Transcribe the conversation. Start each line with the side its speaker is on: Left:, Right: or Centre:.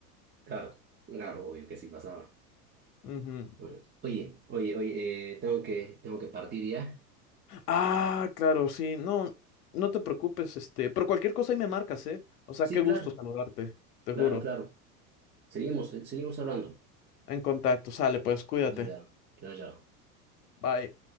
Right: Claro, claro, obvio que sí pasaba.
Left: Ujú.
Right: Bueno, oye, oye, oye, eh, tengo que, tengo que partir ya.
Left: Ah, claro, sí, no, no te preocupes, este, pero cualquier cosa ahí me marcas, ¿eh? O sea,
Right: Sí,
Left: qué gusto
Right: claro,
Left: saludarte, te
Right: claro,
Left: juro.
Right: claro. Seguimos, eh, seguimos hablando.
Left: En contacto, sale, pues cuídate.
Right: Ya, ya, ya.
Left: Bye.